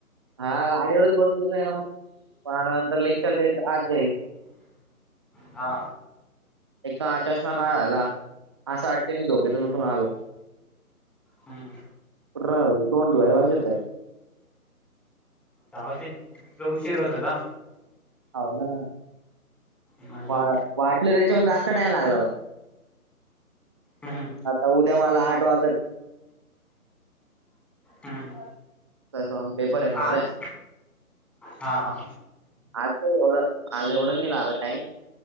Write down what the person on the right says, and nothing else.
हा गाडीवरच बसलेलो ना मग. बारा नंतर लेक्चर ये त्याचं, आत जाईल.
एक तर आज चष्मा काळा झाला. असं वाटते मी झोपेतून उठून आलो.
पुरा भाई, तोंड धुवायला पाहिजे होतं यार.
हाऊ ना.
वा वाटलं त्याच्याउन जास्त टाइम लागला पण.
आता उद्या मला आठ वाजल.
तसं मग पेपर आहे ना
उद्या.
आज नही एवढ, आज एवढ नही लागलं टाइम.